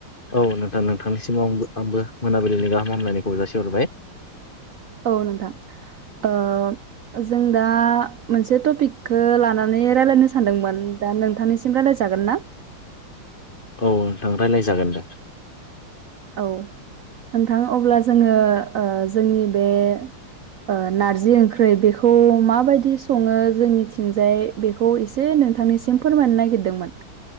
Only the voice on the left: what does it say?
औ नोंथां नोंथांनिसिमाव आंबो आंबो मोनाबिलिनि गाहाम हामलायनायखौ जासिहरबाय।
औ नोंथां रायलायजागोन दे।